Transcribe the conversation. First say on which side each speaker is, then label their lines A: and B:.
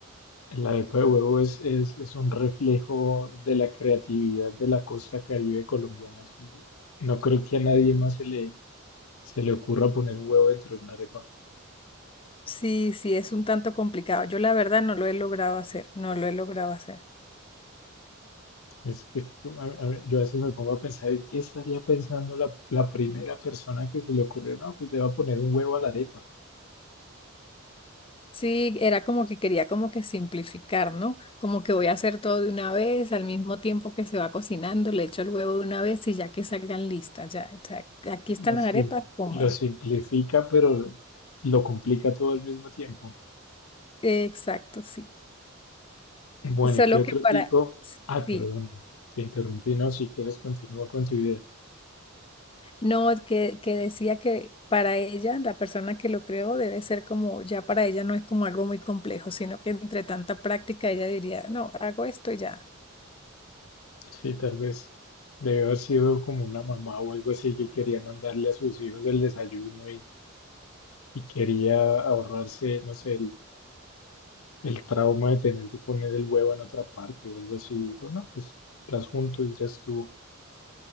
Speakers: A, on the left; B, on the left.
A: La arepa de huevo es, es, es un reflejo de la creatividad de la costa caribe colombiana. Es un- No creo que a nadie más se le, se le ocurra poner un huevo dentro de una arepa.
B: Sí, sí, es un tanto complicado. Yo la verdad no lo he logrado hacer, no lo he logrado hacer.
A: Es que es- yo, a, a yo a veces me pongo a pensar, ¿y ¿qué estaría pensando la, la primera persona que se le ocurrió? No, pues le va a poner un huevo a la arepa.
B: Sí, era como que quería como que simplificar, ¿no? Como que voy a hacer todo de una vez, al mismo tiempo que se va cocinando, le echo el huevo de una vez y ya que salgan listas, ya, o sea, aquí están
A: Lo,
B: las
A: sim-
B: arepas, coman.
A: lo simplifica, pero lo complica todo al mismo tiempo.
B: Exacto, sí.
A: Bueno,
B: Solo
A: ¿y qué otro
B: que para,
A: tipo? Ah,
B: sí,
A: perdóname, te interrumpí. No, si quieres continúa con tu idea.
B: no, que, que decía que para ella, la persona que lo creó debe ser como, ya para ella no es como algo muy complejo, sino que entre tanta práctica ella diría, no, hago esto y ya.
A: Sí, tal vez debe haber sido como una mamá o algo así que quería mandarle a sus hijos el desayuno y, y quería ahorrarse, no sé, El trauma de tener que poner el huevo en otra parte o algo así. Dijo, no, pues las junto y ya estuvo.